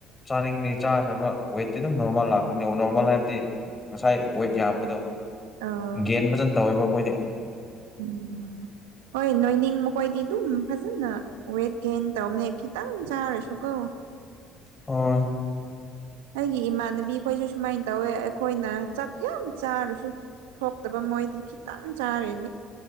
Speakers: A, on the left (about 25°); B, on the right (about 80°).
A: ꯆꯥꯅꯤꯡꯅꯤ ꯆꯥꯈ꯭ꯔꯕ ꯋꯦꯠꯇꯤ ꯑꯗꯨꯝ ꯅꯣꯔꯃꯦꯜ ꯂꯥꯛꯈ꯭ꯔꯅꯤ ꯅꯣꯔꯃꯦꯜ ꯍꯥꯏꯕꯗꯤ ꯉꯁꯥꯏ ꯋꯦꯠ ꯌꯥꯝꯕꯗꯣ
B: ꯑꯥꯎ
A: ꯒꯦꯟ ꯐꯖꯅ ꯇꯧꯋꯤ ꯃꯈꯣꯏꯗꯤ
B: ꯎꯝ ꯍꯣꯏ ꯅꯣꯏꯅꯤꯡ ꯃꯈꯣꯏꯗꯤ ꯑꯗꯨꯝ ꯐꯖꯅ ꯋꯠ ꯦꯟ ꯇꯧ ꯑ ꯀꯈꯤ ꯇ ꯆꯥꯔꯦꯁꯨꯨ ꯀꯧ
A: ꯑꯣ
B: ꯑꯩꯒꯤ ꯏꯃꯥꯟꯅꯕꯤꯈꯣꯏꯁꯨ ꯁꯨꯃꯥꯏꯅ ꯇꯧꯋꯦ ꯑꯩꯈꯣꯏꯅ ꯆꯥꯛ ꯌꯥꯝ ꯆꯥꯔꯁꯨ ꯊꯣꯛꯇꯕ ꯃꯣꯏꯗꯤ ꯈꯤꯇꯪ ꯆꯥꯔꯦꯗꯤ